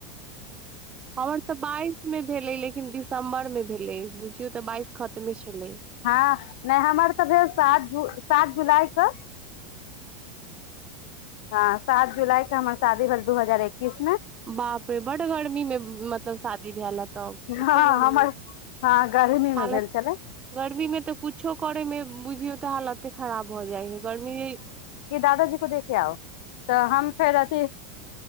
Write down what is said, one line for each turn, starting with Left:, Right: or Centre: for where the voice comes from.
Right: हमर तऽ बाइस मे भेलै लेकिन दिसम्बर मे भेलै बुझियौ तऽ बाइस खतमे छलै
Left: हाँ नहि हमर तऽ भेल सात जु सात जुलाई क हाँ सात जुलाई के हमर शादी भेल दू हजार ऐकिश में
Right: बाप रे बड गर्मी मे मतलब शादी भेल है ब
Left: हँ
Right: एते गर्मी
Left: हमर हँ गर्मी
Right: हालत
Left: मे भेल छलै
Right: गर्मी में तऽ कुछो करे में बुझियौ तऽ हालते खराब भऽ जाई हे गर्मी
Left: ये दादाजी को देखे आउ <inaudible> तऽ हम फेर अथी